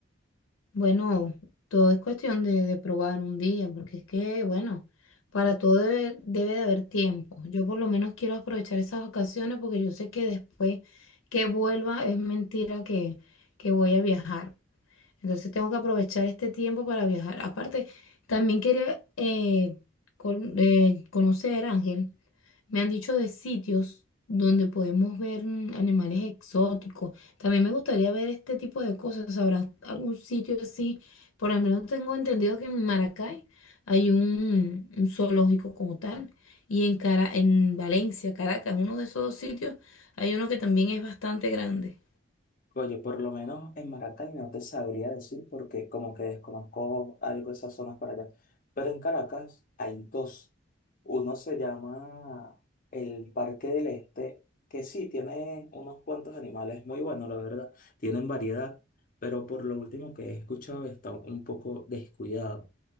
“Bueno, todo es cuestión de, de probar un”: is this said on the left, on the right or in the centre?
Left